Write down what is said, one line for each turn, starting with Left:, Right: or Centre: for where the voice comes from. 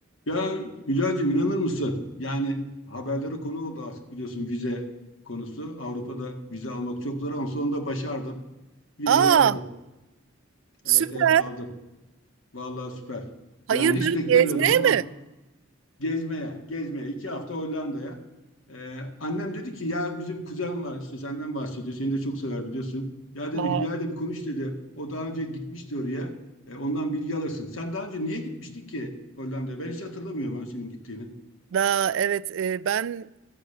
Left: Ya Hülya'cığım inanır mısın? Yani haberlere konu oldu artık biliyorsun vize konusu. Avrupa'da vize almak çok zor ama sonunda başardım. Vizeyi
Right: Aa,
Left: aldım.
Right: süper.
Left: Evet evet aldım. Vallahi süper.
Right: Hayırdır
Left: Yani hiç beklemiyordum
Right: gezmeye
Left: ama
Right: mi?
Left: gezmeye, gezmeye. iki hafta Hollanda'ya. Ee, annem dedi ki ya bizim kuzen var işte senden bahsediyor. Seni de çok sever biliyorsun. Ya
Right: Aa,
Left: dedi Hülya ile bir konuş dedi. O daha önce gitmişti oraya. E, ondan bilgi alırsın. Sen daha önce niye gitmiştin ki Hollanda'ya? Ben hiç hatırlamıyorum ha senin gittiğini.
Right: Daha evet e, ben